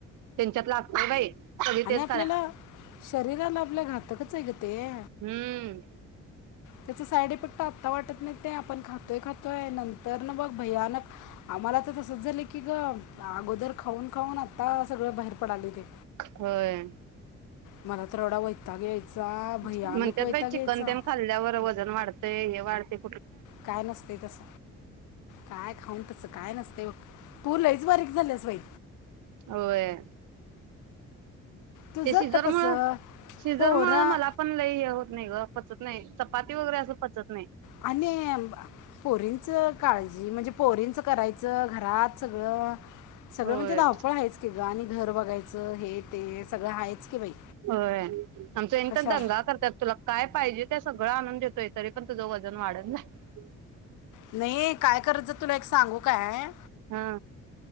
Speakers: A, on the right; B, on the left.
A: त्यांच्यात लागतय बाई. सगळी
B: आणि
A: तेच
B: आपल्याला
A: खाल्या
B: शरीराला आपल्या घातकच आहे, ग ते.
A: हम्म
B: त्याचा साईड इफेक्ट आता वाटत नाही ते आपण खात खातोय, खातोय नंतर न बघ भयानक आम्हाला तर तसच झालं की ग अगोदर खाऊन-खाऊन आता सगळं बाहेर पडालय ते.
A: होय
B: मला तर एवढा वैताग यायचा भयानक
A: म्हणतात,
B: वैताग
A: बाई चिकन
B: यायचा
A: तेन खाल्ल्यावर वजन वाढतंय. वाढते.
B: काय नसते तस काय खाऊन तस काय नसते बघ तू, लईच बारीक झालंस बाई.
A: होय
B: तुझं
A: ते सिजरमूळ,
B: तर कसं
A: सिजरमूळ
B: पोरा
A: मला पण लई होत नाही ग. पचत नाही. चपाती वगैरे असं पचत नाही.
B: आणि पोरींच काळजी म्हणजे पोरींचं करायचं घरात सगळं, सगळं
A: होय
B: म्हणजे धावपळ आहेच की ग आणि, घर बघायचं हे. ते सगळं आहेच की बाई
A: होय आमच हेनी
B: कशाला
A: तर दंगा करतात तुला काय पाहिजे त्या सगळं आनंद देतोय तरी पण तुझं वजन वाढल नाही.
B: नाही काय करायचं तुला एक सांगू काय?
A: हा